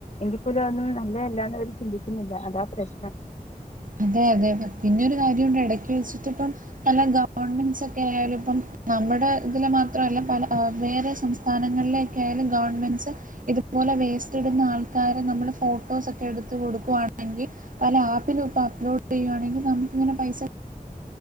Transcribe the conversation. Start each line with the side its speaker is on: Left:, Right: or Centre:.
Left: എങ്കിപ്പോലും അവൊന്നും നല്ലതല്ലാന്ന് അവര് ചിന്തിക്കുന്നില്ല അതാ പ്രശ്നം
Right: അതെ അതെ പിന്നൊരു കാര്യംണ്ട് ഇടക്ക് വെച്ചിട്ട് ഇപ്പം നല്ല ഗവൺമെന്റ്സ് ഒക്കെ ആയാലും ഇപ്പം നമ്മുടെ ഇതില് മാത്രല്ല പല വേറെ സംസ്ഥാനങ്ങളിലൊക്കെ ആയാലും ഗവൺമെന്റ്സ് ഇതുപോലെ വേസ്റ്റ് ഇടുന്ന ആൾക്കാരെ നമ്മള് ഫോട്ടോസൊക്കെ എടുത്ത് കൊടുക്കുവാണെങ്കി പല ആപ്പിലും ഇപ്പ ലോഡ് ചെയ്യു ആണെങ്കിൽ നമുക്കിങ്ങനെ പൈസ